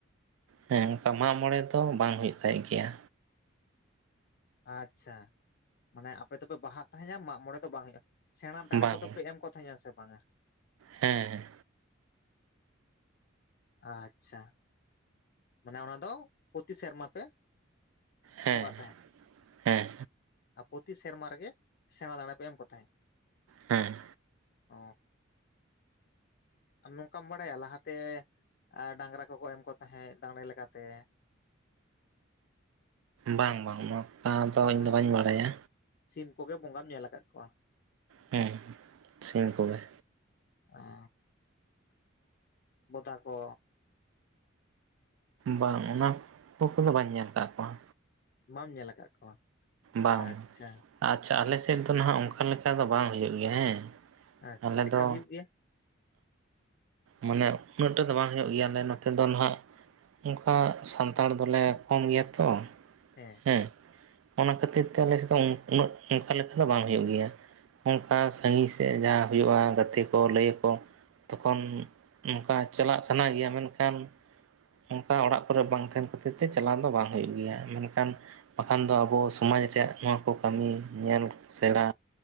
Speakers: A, on the right; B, on the left.
A: ᱦᱮᱸ ᱚᱱᱠᱟ ᱢᱟᱜ ᱢᱚᱬᱮ ᱫᱚ ᱵᱟᱝ ᱦᱩᱭᱩᱜ ᱛᱟᱦᱮᱸ ᱜᱮᱭᱟ᱾
B: ᱟᱪᱪᱷᱟ, ᱢᱟᱱᱮ ᱟᱯᱮ ᱫᱚᱯᱮ ᱵᱟᱦᱟᱜ ᱛᱟᱦᱮᱸᱱᱟ ᱢᱟᱜᱽ ᱢᱚᱬᱮ ᱫᱚ ᱵᱟᱝ ᱦᱩᱭᱩᱜᱼᱟ? ᱥᱮᱬᱟ ᱫᱟᱲᱮ
A: ᱵᱟᱝ
B: ᱠᱚᱫᱚ ᱯᱮ ᱮᱢ ᱠᱚ ᱛᱟᱦᱮᱸ ᱥᱮ ᱵᱟᱝᱟ?
A: ᱦᱮᱸ᱾
B: ᱟᱪᱪᱷᱟ, ᱢᱟᱱᱮ ᱚᱱᱟ ᱫᱚ ᱯᱨᱚᱛᱤ ᱥᱮᱨᱢᱟ ᱯᱮ
A: ᱦᱮᱸ
B: ᱵᱚᱸᱜᱟ ᱛᱟᱦᱮᱸᱫ?
A: ᱦᱮᱸ
B: ᱟᱨ ᱯᱨᱚᱛᱤ ᱥᱮᱨᱢᱟ ᱨᱮᱜᱮ ᱥᱮᱬᱟ ᱫᱟᱸᱬᱮ ᱯᱮ ᱮᱢ ᱠᱚ ᱛᱟᱦᱮᱸᱫ?
A: ᱦᱮᱸ᱾
B: ᱚ ᱟᱨ ᱱᱚᱝᱠᱟᱢ ᱵᱟᱲᱟᱭᱟ ᱞᱟᱦᱟᱛᱮ ᱟ ᱰᱟᱝᱨᱟ ᱠᱚᱠᱚ ᱮᱢ ᱠᱚ ᱛᱟᱦᱮᱸᱫ ᱫᱟᱲᱮ ᱞᱮᱠᱟᱛᱮ?
A: ᱵᱟᱝ ᱵᱟᱝ ᱱᱚᱠᱟ ᱫᱚ
B: ᱚ
A: ᱤᱧᱫᱚ ᱵᱟᱹᱧ ᱵᱟᱲᱟᱭᱟ᱾
B: ᱥᱤᱢ ᱠᱚᱜᱮ ᱵᱚᱸᱜᱟᱢ ᱧᱮᱞ ᱠᱟᱜ ᱠᱚᱣᱟ᱾
A: ᱦᱮᱸ ᱥᱤᱢ ᱠᱚᱜᱮ᱾
B: ᱚ ᱵᱚᱫᱟ ᱠᱚ᱾
A: ᱵᱟᱝ ᱚᱱᱟ ᱠᱚ ᱠᱚᱫᱚ ᱵᱟᱹᱧ ᱧᱮᱞ ᱠᱟᱜ ᱠᱚᱣᱟ᱾
B: ᱵᱟᱢ ᱧᱮᱞ ᱠᱟᱜ ᱠᱚᱣᱟ᱾
A: ᱵᱟᱝ
B: ᱟᱪᱪᱷᱟ
A: ᱟᱪᱪᱷᱟ ᱟᱞᱮ ᱥᱮᱜ ᱫᱚ ᱦᱟᱸᱜ ᱚᱝᱠᱟ ᱞᱮᱠᱟ ᱫᱚ ᱵᱟᱝ ᱦᱳᱭᱳᱜ ᱜᱮᱭᱟ ᱦᱮᱸ᱾
B: ᱟᱪᱪᱷᱟ
A: ᱟᱞᱮ
B: ᱪᱮᱫᱠᱟ
A: ᱫᱚ
B: ᱦᱩᱭᱩᱜ <unintelligible>
A: ᱢᱟᱱᱮ ᱩᱱᱟᱹᱜ ᱴᱟ ᱫᱚ ᱵᱟᱝ ᱦᱳᱭᱳᱜ ᱜᱮᱭᱟᱞᱮ ᱱᱚᱛᱮ ᱫᱚ ᱱᱟᱦᱟᱜ᱾ ᱚᱝᱠᱟ ᱥᱟᱱᱛᱟᱲ ᱫᱚᱞᱮ ᱠᱚᱢ ᱜᱮᱭᱟ ᱛᱚ᱾
B: ᱦᱮᱸ
A: ᱦᱮᱸ ᱚᱱᱟ ᱠᱷᱟᱹᱛᱤᱨ ᱛᱮ ᱟᱞᱮᱥᱮᱫ ᱩᱱᱟᱹᱜ ᱚᱝᱠᱟ ᱞᱮᱠᱟ ᱫᱚ ᱵᱟᱝ ᱦᱳᱭᱳᱜ ᱜᱮᱭᱟ᱾ ᱚᱝᱠᱟ ᱥᱟᱺᱜᱤᱧ ᱥᱮᱫ ᱡᱟᱦᱟᱸ ᱦᱳᱭᱳᱜᱼᱟ ᱜᱟᱛᱮ ᱠᱚ ᱞᱟᱹᱭ ᱠᱚ᱾ ᱛᱚᱠᱷᱚᱱ ᱚᱝᱠᱟ ᱪᱟᱞᱟᱜ ᱥᱟᱱᱟ ᱜᱮᱭᱟ ᱢᱮᱱᱠᱷᱟᱱ ᱚᱝᱠᱟ ᱚᱲᱟᱜ ᱠᱚᱨᱮᱜ ᱵᱟᱝ ᱛᱟᱦᱮᱱ ᱠᱷᱟᱹᱛᱤᱨ ᱛᱮ ᱪᱟᱞᱟᱣ ᱫᱚ ᱵᱟᱝ ᱦᱳᱭᱳᱜ ᱜᱮᱭᱟ ᱢᱮᱱᱠᱷᱟᱱ ᱵᱟᱠᱷᱟᱱ ᱫᱚ ᱟᱵᱚ ᱥᱚᱢᱟᱡᱽ ᱨᱮᱭᱟᱜ ᱱᱚᱣᱟ ᱠᱚ ᱠᱟᱹᱢᱤ ᱧᱮᱞ ᱥᱮᱬᱟ